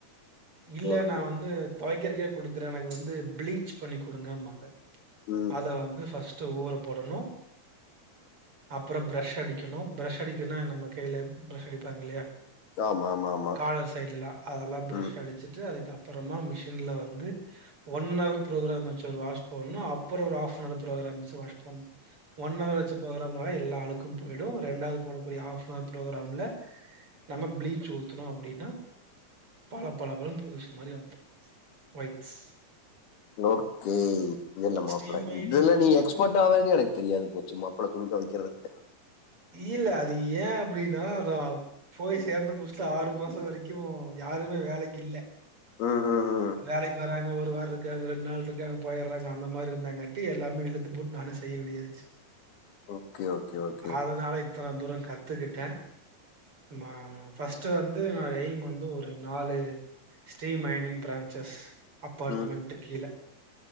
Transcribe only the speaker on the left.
ஓகே
ம்
ஆமா ஆமா ஆமா
ம்
ஓகே இல்ல மாப்ள
இதுல்ல நீ எக்ஸ்பர்ட்
ஆவன் எனக் தெரியாது போச்சு மாப்ள துணி துவைக்கிறதுன்னு
ம் ம் ம்
ஓகே ஓகே ஓகே
ம்